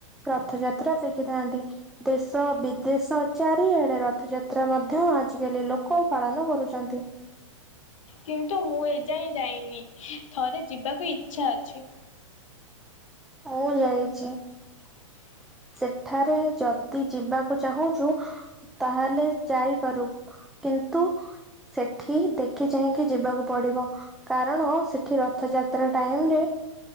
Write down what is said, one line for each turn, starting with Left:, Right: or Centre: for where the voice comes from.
Centre: ରଥଯାତ୍ରା ଦେଖିଥାନ୍ତି। ଦେଶ ବିଦେଶ ଚାରିଆଡ଼େ ରଥଯାତ୍ରା ମଧ୍ୟ ଆଜିକାଲି ଲୋକ ପାଳନ କରୁଚନ୍ତି।
Left: କିନ୍ତୁ ମୁଁ ଏ ଯାଏଁ ଯାଇନି। ଥରେ ଯିବାକୁ ଇଚ୍ଛା ଅଛି।
Centre: ଆଉ ଜାଣିଛି।
Left: ହୁଁ
Centre: ସେଠାରେ ଯଦି ଯିବାକୁ ଚାହୁଁଚୁ ତାହେଲେ ଯାଇପାରୁ। କିନ୍ତୁ ସେଠି ଦେଖି ଚାହିଁ କି ଯିବାକୁ ପଡ଼ିବ। କାରଣ ସେଠି ରଥଯାତ୍ରା ଟାଇମରେ